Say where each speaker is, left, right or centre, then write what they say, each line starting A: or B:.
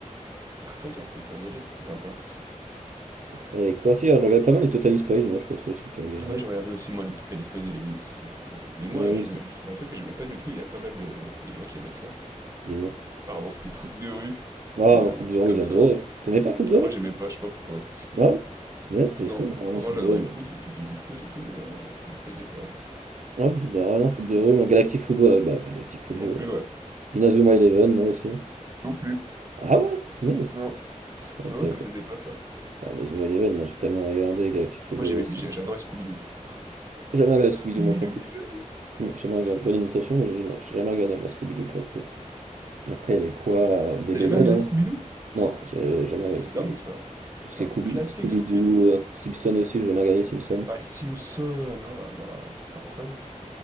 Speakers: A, on the right (about 25°); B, on the right (about 70°).
A: Ah, c'est vrai qu'Inspecteur Gadget, c'était sympa.
B: Après, il y avait quoi? Si, alors, je regardais pas mal les Total Spies, moi, je sais pas si toi aussi tu regardais.
A: Ouais, je regardais aussi, moi, les Total Spies et les Wings, ça, c'était bien. Mais moi,
B: Et oui,
A: je,
B: c'est-
A: je dis un truc que j'aimais pas du tout, il y a pas mal de, de gens qui aimaient ça.
B: dis-moi.
A: Pardon, c'était foot de rue,
B: Ah,
A: et
B: moi,
A: euh,
B: Foot
A: les
B: de
A: trucs
B: rue,
A: comme
B: j'adorais.
A: ça, là.
B: T'aimais pas Foot de
A: Ah,
B: rue?
A: moi, j'aimais pas, je sais pas pourquoi.
B: Ah Ouais? Punaise, c'est
A: Non,
B: fou. Ah non,
A: pourtant,
B: Foot
A: j'adorais
B: de rue, moi.
A: le foot, je faisais du foot et tout, mais non, euh, ça me plaisait pas, genre.
B: Ah, bizarre. Ah non, Foot de rue, moi. Galactic Football, ah oui, bah, Galactic Football.
A: Non plus,
B: hein.
A: ouais.
B: Inazuma Eleven, moi aussi.
A: Non plus.
B: Ah ouais? Punaise.
A: Non.
B: Putain,
A: Non,
B: t'avais
A: ça
B: pas-
A: me plaisait pas, ça.
B: Ah, Inazuma Eleven, moi j'ai tellement regardé, Galactic Football
A: Moi, j'aimais,
B: aussi.
A: j'ai- j'adorais Scooby-Doo, par contre.
B: J'ai Jamais regardé
A: Scooby-Doo,
B: Scooby-Doo, moi pour le
A: Bidou.
B: coup. Non, j'ai jamais regardé. Bonne imitation, mais j'ai non, j'ai jamais regardé, moi, Scooby-Doo pour le coup. Après, il y avait quoi? euh, DBZ,
A: T'as jamais regardé
B: hein?
A: Scooby-Doo?
B: Non, j'ai jamais regardé
A: C'est
B: Scooby-Doo.
A: dingue, ça.
B: Tout ce
A: C'est
B: qui est
A: un
B: Scooby-
A: classique,
B: Scooby-Doo,
A: Scooby-Doo.
B: euh, Simpson aussi, j'ai jamais regardé Simpson.
A: Ah, les Simpsons, oh là là, c'était incroyable, ça.